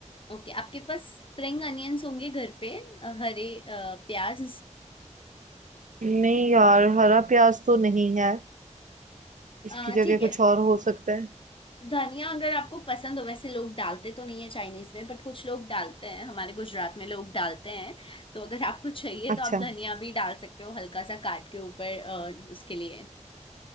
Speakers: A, on the left; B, on the right.
A: ओके आपके पास स्प्रिंग अनियंस होंगे घर पे अ, हरे अ, प्याज
B: नहीं यार हरा प्याज तो नहीं है इसकी
A: अ,
B: जगह
A: ठीक
B: कुछ
A: है
B: और हो सकता है
A: धनिया अगर आपको पसंद हो वैसे लोग डालते तो नहीं है चाइनीज में बट कुछ लोग डालते हैं हमारे गुजरात में लोग डालते हैं तो अगर आपको चाहिए
B: अच्छा
A: तो आप धनिया भी डाल सकते हो हल्का सा काट के ऊपर अ, उसके लिए